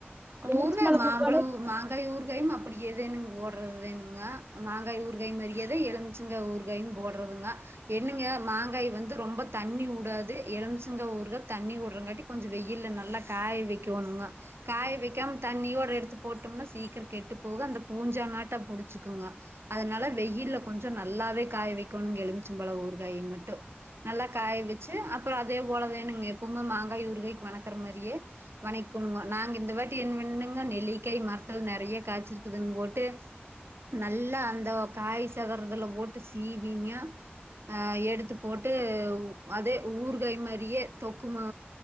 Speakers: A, on the right; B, on the right.
A: எலுமிச்ச
B: ஊரு த
A: பழ
B: மாம்பழம்ஊறு
A: ஊறுகாலா
B: மாங்காய் ஊறுகாயும் அப்படி எதுங்கு மாங்காய் ஊறுகாய் மரியாதை எலும்சைங்க ஊறுகாயும் போடுறதுங்க என்னங்க மாங்காய் வந்து ரொம்ப தண்ணி ஊடாது எலம்சிங்க ஊறுாய் தண்ணி விடுறங்காட்டி கொஞ்சம் வெ வெயில் நல்லா காய வைக்கணுங்க காய வைக்காம தண்ணியோட எடுத்து போட்டோம்னா சீக்கிரம் கெட்டு போக அந்த பூஞ்சா நாட்டா புடிச்சுக்குங்க அதனால வெயில் கொஞ்சம் நல்லாவே காய வைக்கணும்ங்க எலுமிச்சிம்பழம் ஊறுகாயை மட்டும் நல்லா காய வச்சு அப்புறம் அதே போலதானுங்க எப்பவுங்க மாங்காய் ஊறுகாய்க வணக்க மாரியே வணக்கணு நாங்க இந்த வாட்டி என்னங்க நெல்லிக்காய் மரத்துல நிறைய காய்ச்சிருக்குதுன்னு போட்டு நல்லா அந்த காய் சதுறதுல போட்டு சீவிங்க அஹ் எடுத்து போட்டு அதே ஊறு காய் மாரியே தொக்குமு